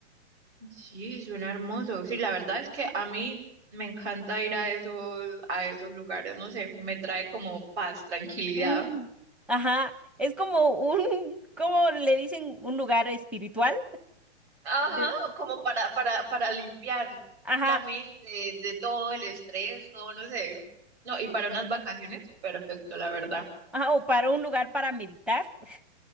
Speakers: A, on the right (about 60°); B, in the centre.
A: Sí, suena hermoso. Sí, la verdad es que a mí me encanta ir a esos, a esos lugares. No sé, me trae como paz, tranquilidad.
B: Mm, Ajá, es como un, <laughs> ¿cómo le dicen? Un lugar espiritual.
A: Ajá,
B: de-
A: como para, para, para limpiar
B: Ajá,
A: la mente de todo el estrés, todo, no sé. No, y para unas vacaciones, perfecto, la verdad.
B: ajá, o para un lugar para meditar. <laughs>